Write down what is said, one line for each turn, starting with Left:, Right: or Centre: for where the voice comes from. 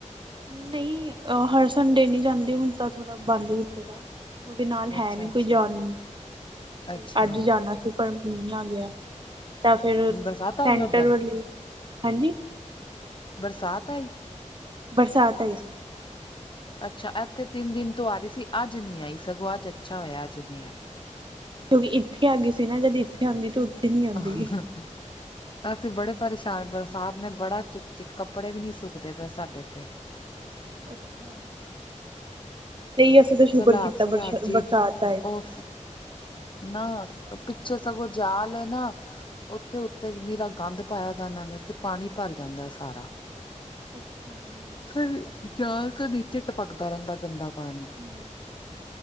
Right: ਨਈ ਹਰ ਸੰਡੇ ਨਹੀਂ ਜਾਂਦੀ ਹੁਣ ਤਾਂ ਥੋੜ੍ਹਾ ਬੰਦ ਕੀਤੇ ਦਾ ਕਿਉਂਕਿ ਨਾਲ ਹੈ
Left: ਅੱਛਾ
Right: ਨੀ
Left: ਅੱਛਾ
Right: ਕੋਈ ਜਾਣ ਨੂੰ, ਤੇ
Left: ਅੱਛਾ
Right: ਅੱਜ ਜਾਣਾ ਸੀ। ਪਰ ਮੀਂਹ ਆ ਗਿਆ ਤਾਂ ਫੇਰ ਸੈਂਟਰ
Left: ਬਰਸਾਤ ਆਈ ਉੱਧਰ
Right: ਵਾਲੀ, ਹਾਂਜੀ
Left: ਬਰਸਾਤ ਆਈ?
Right: ਬਰਸਾਤ ਆਈ ਸੀ।
Left: ਅੱਛਾ ਐਥੇ ਤਿੰਨ ਦਿਨ ਤੋਂ ਆ ਰੀ ਸੀ ਅੱਜ ਨੀ ਆਈ ਸਗੋਂ ਅੱਜ ਅੱਛਾ ਹੋਇਆ ਅੱਜ ਨੀਂ ਆਈ।
Right: ਕਿਉਂਕਿ ਇੱਥੇ ਆ ਗਈ ਸੀ ਨਾ ਜਦੀ <unintelligible> ਤੇ ਉਥੇ ਨੀ
Left: <unintelligible>
Right: ਆਂਦੀ
Left: ਅਸੀਂ ਬੜੇ ਪਰੇਸ਼ਾਨ ਬਰਸਾਤ ਨੇ ਬੜਾ ਚਿੱਕ ਚਿੱਕ ਕੱਪੜੇ ਵੀ ਨੀ ਸੁੱਕਦੇ ਪਏ ਸਾਡੇ ਤੇ
Right: ਅੱਛਾ ਨਈ ਅਸੀਂ ਤਾਂ ਸ਼ੁਕਰ
Left: ਸਲਾਬ
Right: ਕੀਤਾ
Left: ਸਲਾਬ
Right: ਬਰ
Left: ਜੀ
Right: ਬਰਸਾਤ ਆਈ।
Left: ਉਹ ਨਾ ਪਿੱਛੋ ਸਗੋਂ ਜਾਲ ਏ ਨਾ ਉੱਥੇ ਉੱਤੇ ਨੀਰਾ ਗੰਦ ਪਾਇਆ ਦਾ ਨਾ ਇਨਾਂ ਨੇ ਤੇ ਪਾਣੀ ਭਰ ਜਾਂਦਾ ਸਾਰਾ
Right: ਅੱਛਾ ਹੂੰ
Left: ਫੇਰ ਜਾਲ ਤੋਂ ਨੀਚੇ ਟਪਕਦਾ ਰਹਿੰਦਾ ਗੰਦਾ ਪਾਣੀ।
Right: ਹੂੰ